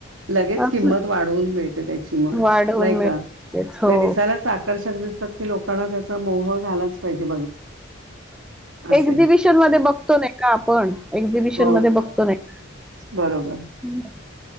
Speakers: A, on the right (about 80°); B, in the centre.
A: लगेच
B: असं
A: किंमत - वाढवून मिळते त्याची मग.
B: वाढवून
A: म्हणजे
B: मिळतेच हो.
A: दिसायला च आकर्षक - की लोकांना त्याचं <inaudible> बघितल च. पाहिजे असे
B: एक्झिबिशन मध्ये बघतो नाही का? आपण. एक्झिबिशन
A: हो
B: मध्ये
A: हो
B: बघतो नाय का
A: बरोबर